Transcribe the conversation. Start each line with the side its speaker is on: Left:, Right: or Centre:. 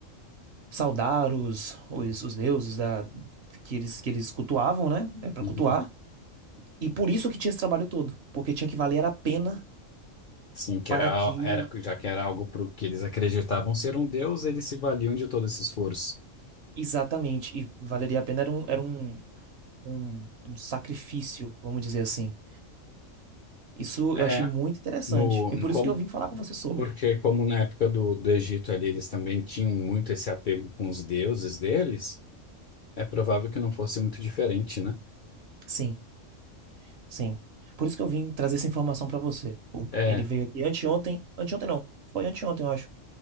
Right: saudar os, os, os deuses da, que eles, que eles cultuavam, né? Para
Left: Uhum.
Right: cultuar. E por isso que tinha esse trabalho todo, porque tinha que valer a pena
Left: Sim, que
Right: para
Left: era,
Right: que,
Left: era, já que era algo para o que eles acreditavam ser um deus, eles se valiam de todo esse esforço.
Right: exatamente, e valeria a pena era um, era um, um, um sacrifício, vamos dizer assim. Isso
Left: É,
Right: eu achei muito interessante.
Left: no,
Right: E
Left: no
Right: por
Left: como,
Right: isso que eu vim falar com você sobre.
Left: porque como na época do, do Egito ali, eles também tinham muito esse apego com os deuses deles, é provável que não fosse muito diferente, né?
Right: Sim, sim. Por isso que eu vim trazer essa informação para você. O-
Left: É,
Right: Ele veio aqui anteontem, anteontem não, foi anteontem, eu acho.